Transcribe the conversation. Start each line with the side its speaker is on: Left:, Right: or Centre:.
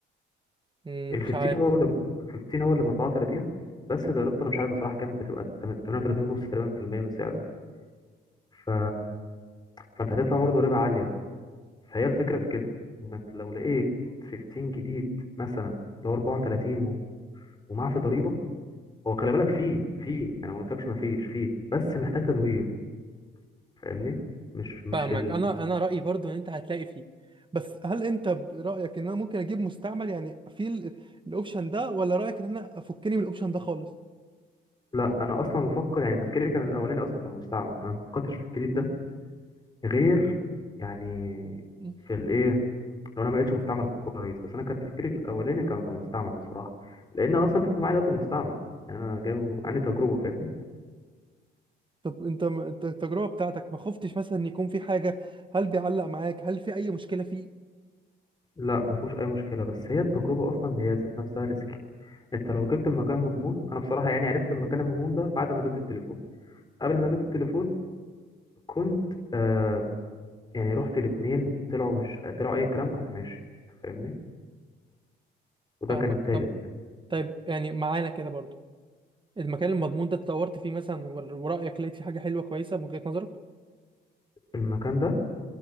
Right: مم،
Left: ال
Right: مش
Left: 15
Right: عارف
Left: هو اللي ب- ال 15 هو اللي ب 34 بس ضريبته انا مش عارف بصراحة كام بتبقى 38 ونص تقريبا في المية من سعره ف... فانت هتدفع برضه ضريبة عالية فهي الفكرة في كده انك لو لقيت 15 جديد مثلا اللي هو 34 و... ومعاه في ضريبة هو خلي بالك فيه فيه انا ما قلتلكش ما فيش فيه بس محتاج تدوير فاهمني مش مش
Right: فاهمك انا انا رأيي برضه ان انت هتلاقي فيه بس هل انت برأيك ان انا ممكن اجيب مستعمل يعني في ال- الاوبشن ده ولا رأيك ان انا افكني من الاوبشن ده خالص
Left: لا انا اصلا بفكر يعني تفكيري كان الاولاني اصلا في المستعمل انا ما فكرتش في الجديد ده غير يعني
Right: مم.
Left: في الايه لو انا ما لقيتش مستعمل كويس بس انا كان تفكيري الاولاني كان في المستعمل بصراحه لان اصلا انت معايا دلوقتي مستعمل يعني انا جايبه عندي تجربه فاهمني
Right: طب انت م- الت- التجربة بتاعتك ما خفتش مثلا ان يكون في حاجة هل بيعلق معاك هل في اي مشكلة فيه
Left: لا ما فيهوش اي مشكله بس هي التجربه اصلا هي ذات نفسها ريسكي انت لو جبت المكان مضمون انا بصراحه يعني عرفت المكان المضمون ده بعد ما جبت التليفون قبل ما جبت التليفون كنت آه يعني رحت الاثنين طلعوا مش طلعوا اي كلام رحت ماشي فاهمني وده
Right: فاهمك
Left: كان التالت
Right: طب طيب يعني معانا كده برضو المكان المضمون ده اتطورت فيه مثلا ور- ورأيك لقيت فيه حاجة حلوة كويسة من وجهة نظرك
Left: المكان ده